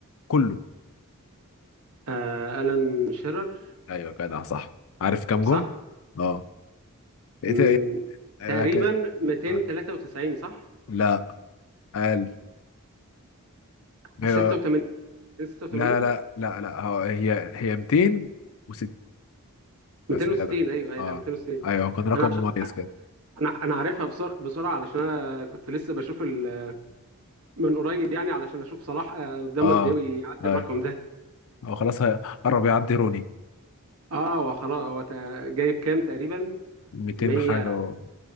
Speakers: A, on the left; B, on the right.
A: كله
B: آه ألان شيرر
A: ايوه جدع صح عارف كام جون
B: صح
A: اه إيه-
B: امم
A: آه،
B: تقريبا
A: كان-
B: 293
A: آه.
B: صح
A: لا قال هي
B: 86 86
A: لا لا لا لا لا هو- هي هي 260 بس
B: 260
A: جدع
B: ايوه ايوه
A: اه
B: 260
A: ايوه هو كان رقم
B: انا
A: مميز
B: عشان
A: كده
B: انا انا عارفها بسرعه بسرعه علشان انا كنت لسه بشوف ال... من قريب يعني علشان اشوف صلاح آه، قدامه
A: اه
B: قد ايه ويعدي
A: اه
B: الرقم ده <laughs>
A: هو خلاص هي- قرب يعدي روني
B: اه هو خلاص هو تا- جايب كام تقريبا
A: 200
B: 100
A: حاجه و...